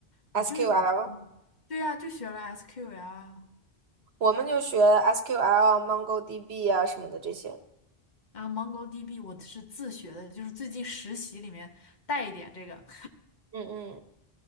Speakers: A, on the right; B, on the left.
A: ？SQL，
B: 你这个怎么说呢？对呀、就学了 SQL 啊，
A: 我们就学 SQL、MongoDB 啊什么的这些。
B: 然后 MongoDB 我是自学的，就是最近实习里面带一点这个。<laughs>
A: 嗯嗯。